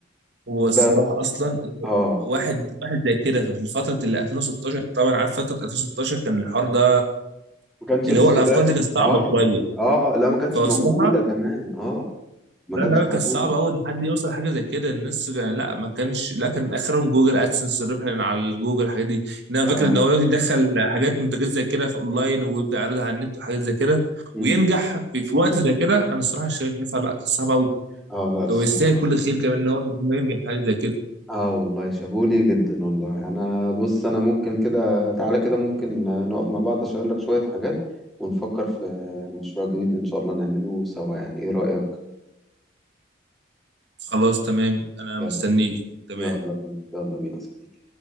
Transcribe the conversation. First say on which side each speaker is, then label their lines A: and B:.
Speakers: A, on the right; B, in the centre.
A: هو الصراحه
B: بس
A: اصلا
B: اه
A: واحد واحد زي كده في فتره ال 2016 طبعا عارف فتره 2016 كان الحوار ده
B: ما كانش
A: اللي
B: لسه
A: هو الافكار
B: داخل
A: دي كانت صعبه
B: اه
A: شويه
B: اه آه، لا ما كانتش
A: فالصراحه
B: موجودة كمان اه ما
A: لا
B: كانتش
A: لا
B: موجودة
A: كان صعب أوي إن حد يوصل حاجة زي كده الناس كان- لا ما كانش لا كان آخرهم جوجل أدسنس الربح اللي على الجوجل الحاجات دي إنما
B: اه
A: فكرة إن هو يدخل حاجات منتجات زي كده في أونلاين ويبدأ يعرضها على النت وحاجات زي كده
B: مم.
A: وينجح في, في وقت
B: مم.
A: زي كده أنا الصراحة شايفها لا كان صعب أوي
B: اه لا الصراحة
A: لو يستاهل كل خير كمان إن هو إن هو ينجح في حاجة زي كده
B: اه والله شابولي جدا والله انا بص انا ممكن كده تعالى كده ممكن نقعد مع بعض اشير لك شوية حاجات ونفكر في مشروع جديد ان شاء الله نعمله سوا يعني ايه رأيك
A: خلاص تمام أنا
B: يلا
A: مستنيك تمام
B: يلا بينا يلا بينا يا صديقي